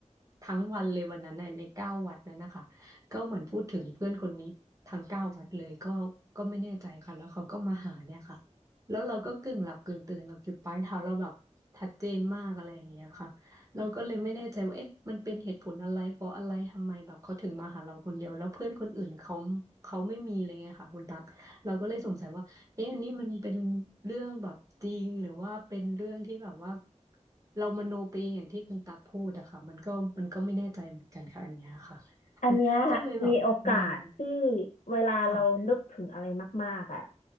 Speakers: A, on the right; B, on the left.
A: ทั้งวันเลยวันนั้นน่ะในเก้าวัดนั้นนะคะก็เหมือนพูดถึงเพื่อนคนนี้ทั้งเก้าวัดเลยก็ก็ไม่แน่ใจค่ะแล้วเขาก็มาหาเนี่ยค่ะแล้วเราก็กึ่งหลับกึ่งตื่นแบบอยู่ปลายเท้าเราแบบชัดเจนมากอะไรอย่างเงี้ยค่ะ เราก็เลยไม่แน่ใจว่าเอ๊ะมันเป็นเหตุผลอะไรเพราะอะไรทำไมแบบเขาถึงมาหาเราคนเดียวแล้วเพื่อนคนอื่นเขาเขาไม่มีอะไรเงี้ยค่ะคุณตั๊กเราก็เลยสงสัยว่าเอ๊ะอันนี้มันเป็นเรื่องแบบจริงหรือว่าเป็นเรื่องที่แบบว่าเรามโนไปเองอย่างที่คุณตั๊กพูดอะค่ะมันก็มันก็ไม่แน่ใจเหมือนกันค่ะอันเนี้ยค่ะ
B: อันเนี้ย
A: <laughs> ก็เลยแบบอืม
B: มีโอกาสที่เวลาเรานึกถึงอะไรมากๆอ่ะ
A: ค่ะ